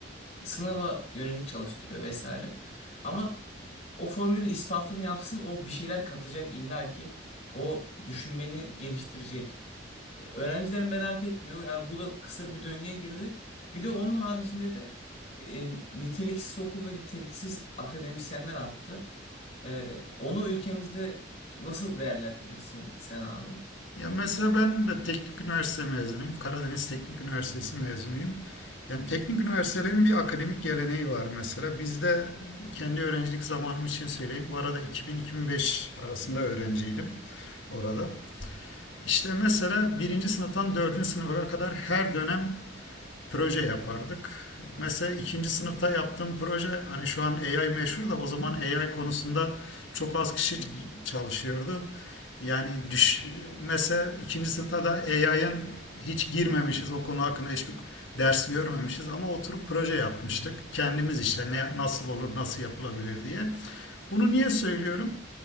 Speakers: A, on the left; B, on the left.
A: Sınava yönelik çalıştırıyor vesaire. Ama o formülün ispatını yapsın o bir şeyler katacak illa ki o düşünmeni geliştirecek. E, öğrenciler merak etmiyor. Yani bu da kısır bir döngüye girdi. Bir de onun haricinde de e, niteliksiz okul ve niteliksiz akademisyenler arttı. E, onu ülkemizde nasıl değerlendirirsin sen abi?
B: Ya mesela ben de teknik üniversite mezunuyum. Karadeniz Teknik Üniversitesi mezunuyum. Yani teknik üniversitelerin bir akademik geleneği var mesela. Bizde kendi öğrencilik zamanım için söyleyeyim. Bu arada 2000-2005 arasında öğrenciydim orada. İşte mesela birinci sınıftan dördüncü sınıfa kadar her dönem proje yapardık. Mesela ikinci sınıfta yaptığım proje hani şu an AI meşhur da o zaman AI konusunda çok az kişi
A: Hı hı,
B: çalışıyordu. Yani düş, mesela ikinci sınıfta da AI'ın hiç girmemişiz o konu hakkında hiçbir ders görmemişiz ama oturup proje yapmıştık.
A: hı hı,
B: Kendimiz işte ne, nasıl olur, nasıl yapılabilir diye. Bunu niye söylüyorum?